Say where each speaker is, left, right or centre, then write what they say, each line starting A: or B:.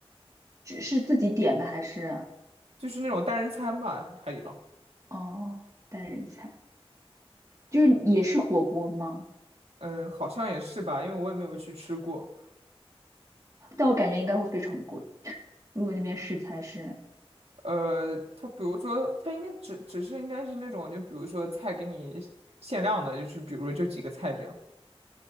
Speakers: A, on the right; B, on the right.
A: 只是自己点的还是
B: 就是那种单人餐吧，海底捞。
A: 哦单人餐，就是也是火锅吗？
B: 嗯，好像也是吧，因为我也没有去吃过。
A: 但我感觉应该会非常贵，如果那边食材是，
B: 呃，它比如说，它应该只只是应该是那种，就比如说菜给你限量的，就是比如说就几个菜这样。